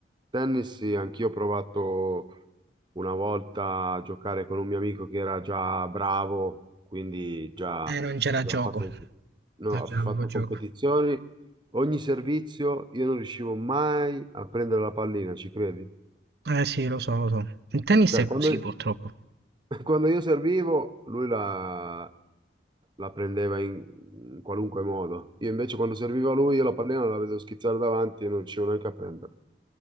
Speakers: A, on the right; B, on the right.
A: Tennis, sì, anch'io ho provato una volta a giocare con un mio amico che era già bravo, quindi già
B: e non c'era
A: abbiamo
B: gioco.
A: fatto, anche- no,
B: Ma
A: ho
B: già,
A: fatto
B: lo gioco.
A: competizioni. Ogni servizio io non riuscivo mai a prendere la pallina, ci credi?
B: Eh sì, lo so, lo so. Il tennis
A: Cioè,
B: è
A: quando,
B: così purtroppo.
A: <laughs> quando io servivo, lui la, la prendeva in, in qualunque modo. Io invece quando servivo a lui, io la pallina la vedevo schizzare davanti e non riuscivo neanche a prenderla.